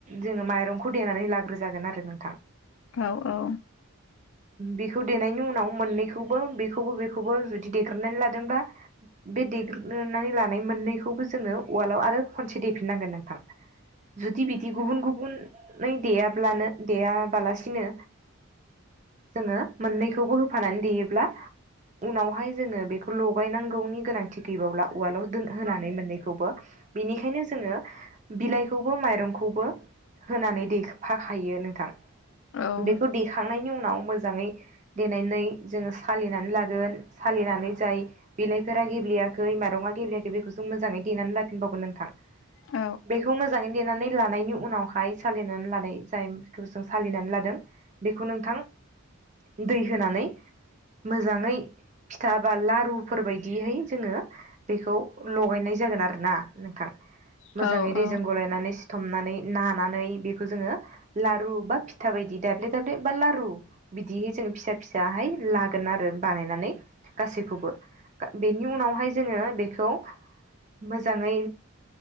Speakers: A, on the right; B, on the left.
A: जोङो माइरंखौ देनानै लाग्रोजागोन आरो नोंथां।
B: औ औ
A: बेखौ देनायनि उनाव मोननैखौबो बेखौबो बेखौ। खौबो जुदि देग्रोनानै लादोंबा बे देग्रोनानै लानाय मोननैखौबो जोङो उवालाव आरो खनसे दैेफिननांगोन नोंथां जुदि बिदि गुबुन गुबुन। नै देयाब्लानो देयाबालासिनो। जोङो मोननैखौबो होफानानै देयोब्ला। उनावहाय जोङो बेखौ लगायनांगौनि गोनांथि गैबावला। उवालाव दोन-होनानै मोननैखौबो बिनिखायनो जोङो बिलाइखौबो माइरंखौबो होनानै दै। फाखायो नोंथां
B: औ औ
A: बेखौ देखांनायनि उनाव मोजाङै देनानै जोङो सालिना। लागोन सालिनानै जाय। बिलाइफोरा गेब्लेयाखै माइरङा गेब्लेयाखै बेखौ जों मोजाङै। देनानै लाफिनबावगोन नोंथां।
B: औ
A: बेखौ मोजाङै देनानै लानायनि उनावहाय सालिनानै लानाय जायखौ जों सालिनानै लादों बेखौ नोंथां दै होनानै मोजाङै फिथा बा लारुफोर बदिहै जोङो बेखौ लगायनाय जागोन आरो ना नोंथां। मोजाङै
B: औ औ
A: दैजों गलायनानै सिथमनानै नानानै बेखौ जोङो लारु बा फिथा बायदि दाब्ले दाब्ले बा लारु बिदि जोङो फिसा फिसाहाय लागोन आरो बानायनानै। गासैखौबो बेनि उनावहाय जोङो बेखौ मोजाङै।